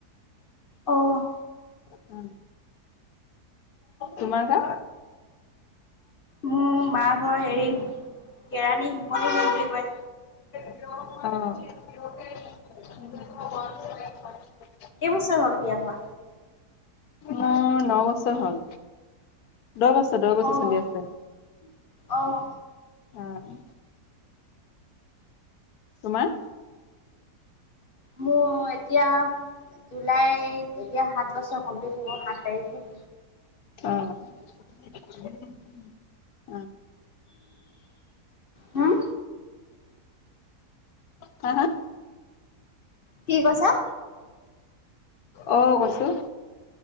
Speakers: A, on the left; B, on the left.
A: অ'
B: উম তোমাৰ গা
A: মোৰ মা ঘৰ হেৰি কেৰাণী শিমলু বুলি কয়
B: অহ
A: কেইবছৰ হ'ল বিয়া হোৱা
B: মোৰ নৱসহল দহ বছৰ দহ বছৰ
A: অ',
B: চলি আছে
A: অ'।
B: আহ তোমাৰ
A: মোৰ এতিয়া জুলাইত এতিয়া সাত বছৰ কমপ্লিট হ'ব সাত তাৰিখে
B: অহ
A: হম
B: হা হা
A: কি কৈছা
B: অ কৈছো